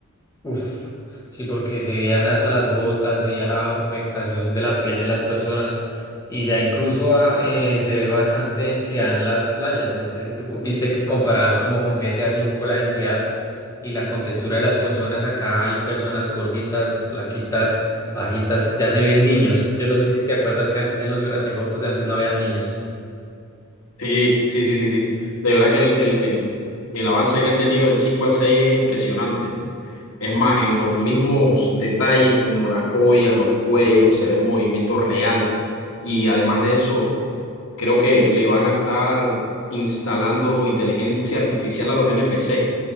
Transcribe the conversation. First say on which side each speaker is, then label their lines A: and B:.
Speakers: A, on the left; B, on the left.
A: Uf, sí, porque se veían hasta las gotas, se veía la humectación de la piel de las personas y ya incluso ah, eh, se ve bastante densidad en las playas. No sé si tú co- viste que comparaban como con GTA V la densidad y la contextura de las personas. Acá hay personas gorditas, flaquitas, bajitas, ya se ven niños. Yo no sé si te acuerdas que antes en los Grand Theft Autos de antes no habían niños.
B: Sí, sí, sí, sí, sí. De verdad que el, el, el, el avance que han tenido del 5 al 6 es impresionante. Es más, en los mismos detalles como las joyas, los cuellos, se ve el movimiento real y además de eso, creo que le van a estar instalando inteligencia artificial a los N P C